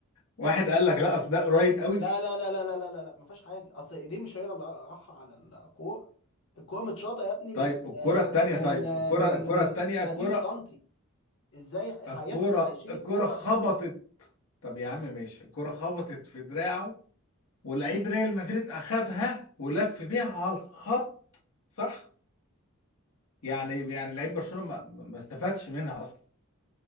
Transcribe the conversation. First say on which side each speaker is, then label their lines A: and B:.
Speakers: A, on the left; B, on the left.
A: واحد قال لك لا اصل ده قريب قوي
B: لا لا لا لا لا لا لا لا ما فيهاش حاجه اصل ايديه مش هي اللي راح على الكوره الكوره متشاطه يا ابني من
A: طيب الكرة
B: آه،
A: التانية
B: من
A: طيب
B: آه،
A: الكرة
B: من
A: الكرة
B: من
A: التانية
B: 30
A: الكرة
B: سنتي ازاي هيلحق
A: الكرة
B: هيشيل
A: الكرة
B: الكوره
A: خبطت
B: بايده
A: طب يا عم ماشي الكرة خبطت في دراعه ولعيب ريال مدريد أخدها ولف بيها على الخط صح؟ يعني يعني لعيب برشلونة ما, ما استفادش منها أصلا